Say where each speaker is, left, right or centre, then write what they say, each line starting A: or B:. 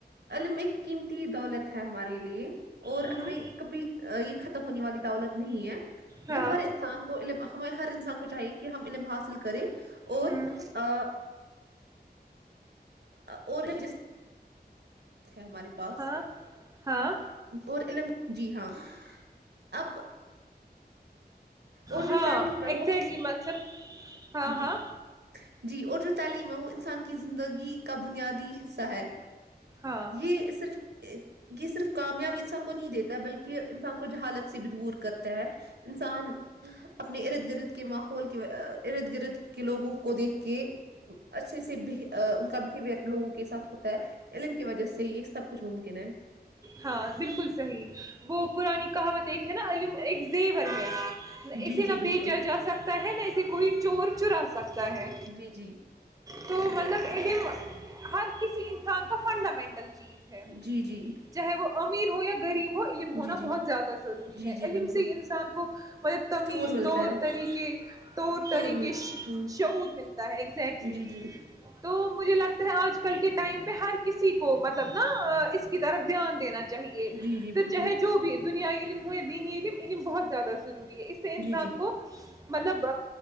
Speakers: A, on the right; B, on the right.
A: الم ایک دولت ہے ہمارے لیے اور
B: ہوں
A: ہمیں کبھی یہ ختم ہونے والی دولت نہیں ہے
B: ہاں
A: جو ہر انسان کو ہمیں ہر انسان کو چاہیے کہ کہ ہم علم حاصل کریں اور
B: ہوں
A: آ اور جس ہے ہمارے پاس
B: ہاں ہاں
A: اور علم جی ہاں اب اور جو
B: ہاں
A: تعلیم ہے
B: ایکگزیکٹلی
A: وہ
B: مطلب ہاں
A: جی
B: ہاں
A: جی اور جو تعلیم ہے وہ انسان کی زندگی کا بنیاد حصہ ہے
B: ہاں
A: یہ صرف یہ صرف کامیابی انسان کو نہیں دیتا بلکہ انسان کو جہالت سے بھی دور کر ہے انسان اپنے ارد گرد کے ماحول کے ارد گرد لوگوں کو دیکھ کے اچھا اچ سے ان کا بہیور لوگوں کے ساتھ ہوتا ہے علم کی وجہ سے یہ سب کچھ ممکن ہے
B: ہاں بالکل صحیح وہ پرانی کہاوت ایک ہے نا عم ایک زیور ہے
A: جی
B: اسے نہ
A: جی
B: بیچا
A: بالکل
B: جا سکتا ہے نہ اسے کوئی چور چراسا ہے
A: جی جی
B: تو مطلب ا لی ہر کسی انسان کا فنڈامنٹل چیز ہے
A: جی جی
B: امیر ہو یا غریب وہ علم ہونا
A: جی جی
B: بہت زیادہ ضروری
A: جی
B: ہے
A: جی
B: علم
A: بالکل
B: سے انسان کو مطلب تمیز
A: شور ملتا
B: طور
A: ہے
B: طریقے طور طریقے
A: شور مل
B: شعور
A: ہوں
B: ملتا ہے ایگزیکٹلی
A: جی جی
B: تو مجھے لگتا آج کل کے ٹائم پہ ہر کسی کو مطلب نا اس کی طرف دھیان دین چاہیے
A: جی جی
B: پھر
A: بالکل
B: چاہے جو بھی دنیا علم علم علم بہت زدہ ضروری ہے اس سے انسان
A: جی جی
B: کو مطلب